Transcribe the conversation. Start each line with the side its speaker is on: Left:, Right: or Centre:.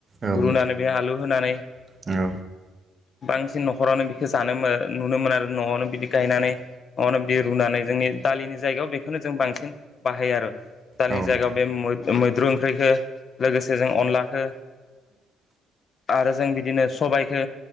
Right: औ औ
Left: रुनानै
Right: नोंथां औ नोंथां
Left: बेयाय आलु होनानै
Right: औ
Left: <inaudible> बांसिन न'खरावनो बिखो जानो मो नुनो मोनो आरो न'आवनो बिदि गायनानै न'आवनो बिदि रुनानै जोंनि दालिनि जायगायाव बेखोनो जों बांसिन बाहायो आरो दालिनि
Right: औ नोंथां
Left: जायगायाव बे मै-मैद्रु ओंख्रैखो लोगोसे जों अनलाखो आरो जों बिदिनो सबायखो